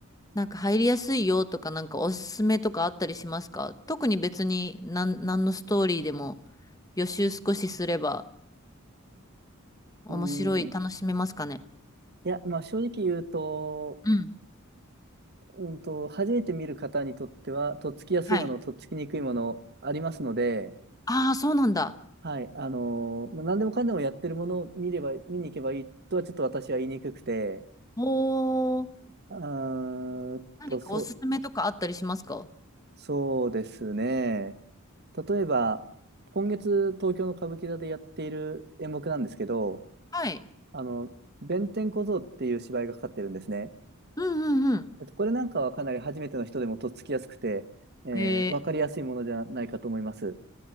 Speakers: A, on the left; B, on the right.
A: なんか入りやすいよとか、なんかおすすめとかあったりしますか特に別に、なん、何のストーリーでも予習少しすれば面白い、
B: うー
A: 楽しめますかね
B: ん。いや、まあ、正直言うと、
A: うん。
B: うんと、初めて見る方にとっては、とっつきやすいもの、
A: はい。
B: とっつきにくいもの、ありますので、
A: ああ、そうなんだ。
B: はい、あのーまあ何でもかんでもやってるものを見れば、見に行けばいいとはちょっと私は言いにくくて、
A: おー。
B: うーんと、
A: 何かおすすめとかあったりしますか
B: そ、そうですね。例えば、今月東京の歌舞伎座でやっている演目なんですけど、
A: はい。
B: あの、弁天小僧っていう芝居がかかってるんですね。
A: うんうんうん。
B: えっとこれなんかはかなり初めての人でもとっつきやすくて、えーわかりやすいものじゃないかと思います。
A: へえ、